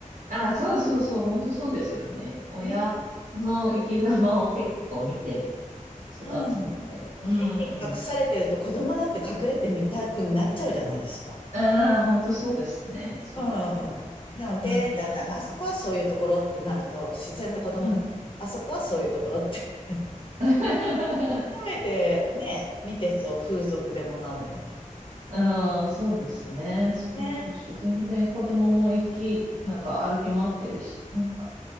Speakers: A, on the right (about 65°); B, on the left (about 40°).
A: ああ、そうそうそう、本当そうですよね。親の生き様を結構見て
B: <laughs> ね。
A: 育つので。
B: うん。<laughs>
A: う
B: 隠されてると子供だって隠れてみたくなっちゃうじゃないですか。
A: ん。ああ、本当そうですね。そうだと思います。
B: うん。なので、
A: うん
B: だってあそこはそういうところってなると、自然と子供も、
A: うんうん。うん。
B: あそこはそういうところって。<laughs>
A: <laughs>
B: 褒めてね、見てそう、風俗でも何でも。
A: ああ、そうですね。そうそうそう。
B: ね。
A: 全然子供も行き、なんか歩き回ってるし、なんか、